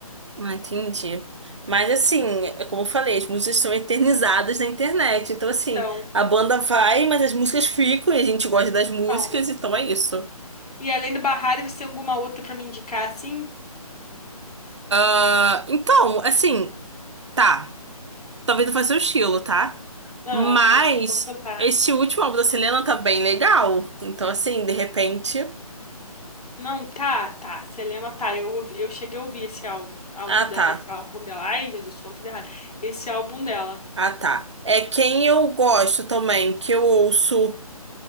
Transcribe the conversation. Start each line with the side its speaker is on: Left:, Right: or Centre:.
Right: Ah, entendi. Mas assim, é como eu falei, as músicas são eternizadas na internet. Então, assim,
Left: Então,
Right: a banda vai, mas as músicas ficam e a gente gosta das músicas,
Left: então.
Right: então é isso.
Left: E além do Bahari, você tem alguma outra pra me indicar, assim?
Right: Ah, então, assim, tá. Talvez não faça o estilo, tá?
Left: Ah,
Right: Mas
Left: mas vamos tentar.
Right: esse último álbum da Selena tá bem legal. Então, assim, de repente.
Left: Não, tá, tá. Selena, tá. Eu, ouvi- eu cheguei a ouvir esse álbum, áudio
Right: Ah,
Left: dela,
Right: tá.
Left: esse álbum dela. Ai, Jesus, tô falando tudo errado. Esse álbum dela.
Right: Ah, tá. É quem eu gosto também, que eu ouço